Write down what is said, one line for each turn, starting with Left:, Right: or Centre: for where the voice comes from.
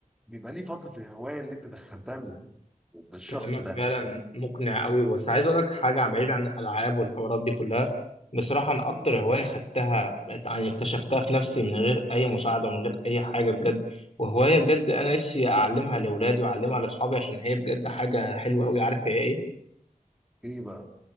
Centre: بيبقى ليه فضل في الهوايه اللي انت دخلتها بالشخص
Left: كلامك
Centre: ده
Left: فعلا مقنع قوي بس عايز اقول لك حاجه بعيد عن الالعاب والحوارات دي كلها بصراحه انا اكتر
Centre: مم.
Left: هوايه خدتها يعني اكتشفتها في نفسي من غير اي مساعده ومن غير اي حاجه بجد وهوايه بجد انا نفسي اعلمها لاولادي واعلمها لاصحابي عشان هي بجد حاجه حلوه قوي عارف هي ايه
Centre: ايه بقى